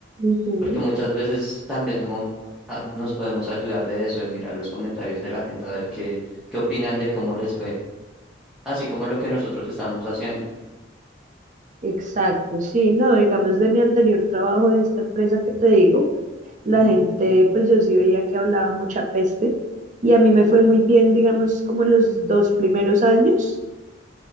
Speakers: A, on the right; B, in the centre.
A: Ujú,
B: Porque muchas veces también como a- nos podemos ayudar de eso, de mirar los comentarios de la gente, a ver qué, qué opinan de cómo les fue, así como lo que nosotros estamos haciendo.
A: Exacto, sí, no, digamos de mi anterior trabajo de esta empresa que te digo, la
B: Ujú.
A: gente, pues yo sí veía que hablaba mucha peste y a mí me fue muy bien, digamos, como los dos primeros años,